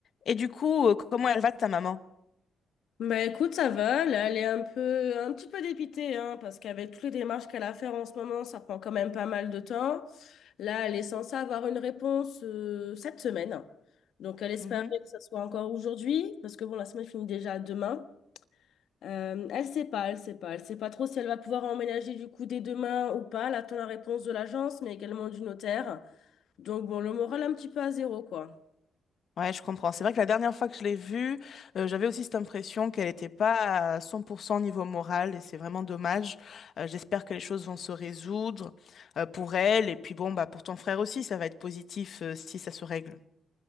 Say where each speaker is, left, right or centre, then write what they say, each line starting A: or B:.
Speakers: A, on the left (about 45°); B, on the left (about 70°).
A: Et du coup, euh, comment elle va ta maman?
B: Bah écoute, ça va, là, elle est un peu, un petit peu dépitée, hein, parce qu'avec toutes les démarches qu'elle a à faire en ce moment, ça prend quand même pas mal de temps. Là, elle est censée avoir une réponse euh, cette semaine. Donc, elle espérait
A: Mhm.
B: que ça soit encore aujourd'hui, parce que bon, la semaine finit déjà demain. Euh, elle sait pas, elle sait pas, elle sait pas trop si elle va pouvoir emménager du coup dès demain ou pas. Elle attend la réponse de l'agence, mais également du notaire. Donc bon, le moral un petit peu à zéro, quoi.
A: Ouais, je comprends. C'est vrai que la dernière fois que je l'ai vue, euh, j'avais aussi cette impression qu'elle n'était pas à 100% niveau moral et c'est vraiment dommage. Euh, j'espère que les choses vont se résoudre euh, pour elle et puis bon, bah, pour ton frère aussi, ça va être positif euh, si ça se règle.